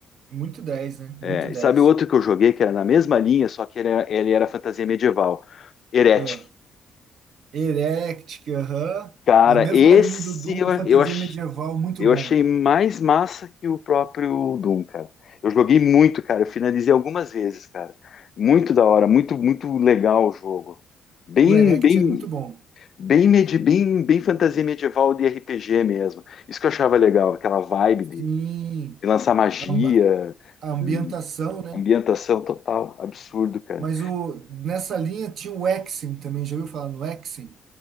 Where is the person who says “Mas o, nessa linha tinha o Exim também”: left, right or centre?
Right